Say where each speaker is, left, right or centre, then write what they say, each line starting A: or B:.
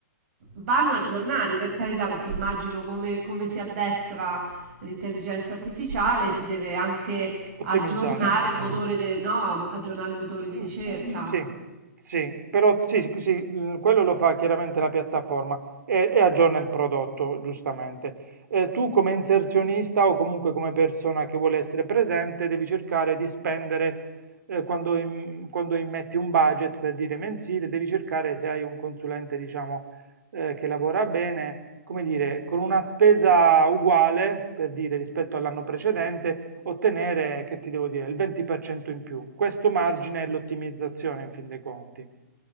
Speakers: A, on the right; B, on the right.
A: vanno aggiornati per carità perché immagino come, come si addestra l'intelligenza artificiale si deve anche aggiornare
B: Ottimizzare.
A: il motore, de- no, aggiornare il motore
B: Mm,
A: di ricerca.
B: Sì, sì, però sì, sì, sì, mm, quello lo fa chiaramente la piattaforma e, e aggiorna il prodotto, giustamente. Eh, tu come inserzionista o comunque come persona che vuole essere presente, devi cercare di spendere, eh, quando, im- quando immetti un budget per dire mensile, devi cercare se hai un consulente, diciamo, eh, che lavora bene come dire, con una spesa uguale, per dire, rispetto all'anno precedente, ottenere, che ti devo dire, il 20% in più. Questo margine
A: Certo.
B: è l'ottimizzazione in fin dei conti.